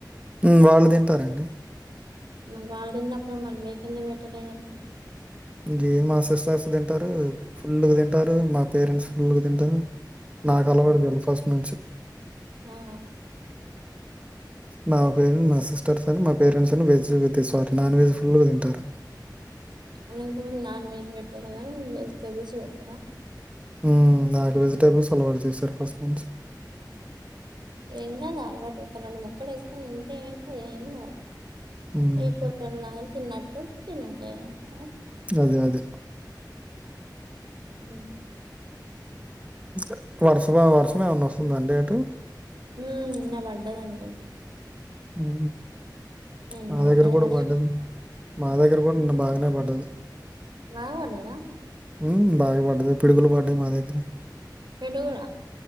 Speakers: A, on the right (about 15°); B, on the right (about 80°).
A: ఉ వాళ్ళుదింతారండీ.
B: ఇంగ వాళ్ళ్ తిన్నప్పుడు మళ్ళీ మీకెందు పెట్టలేదంట
A: జే మా సిస్సర్స్ తింటారు, ఫుల్ గా తింటారు, మా పేరెంట్స్ ఫుల్గా తింటారు. నాకు అలవాటు జెల ఫస్ట్ నుంచి
B: ఆ
A: నా పేరు నా సిస్టర్స్ అని మా పేరెంట్స్ అని veg with sorry non veg ఫుల్లుగ తింటారు.
B: అల్లింకి మేం నాన్ వెజ్ పెట్టరు కానీ, వెజిటేబల్స్ పెడ్తరా.
A: ఉ నాకు వెజిటేబుల్స్ అలవాటు చేశారు, ఫస్ట్ నుంచి
B: ఏం కాదు అలవాటు ఒక రెండు ముక్కలు ఏసుక్కొని తింటే ఏమైతది, ఏం కాదు
A: హ్మ్.
B: ఇప్పురు నా తిన్న టు తినట్టు <unintelligible>
A: అదే అదే
B: హు
A: ఇంక వర్సమా వర్షమేమన్నా వస్సుందన్ డేటు
B: ఉ నిన్న పడ్డదంతె
A: ఉ
B: నిన్న
A: మా దగ్గర కూడా
B: వర్షం
A: పడ్డది, మా దగ్గర కూడా నిన్న బాగానే పడ్డది.
B: బా బడ్డద
A: ఉ బాగా పడ్డది పిడుగులు పడ్డాయ్ మా దగ్గర
B: కడూరా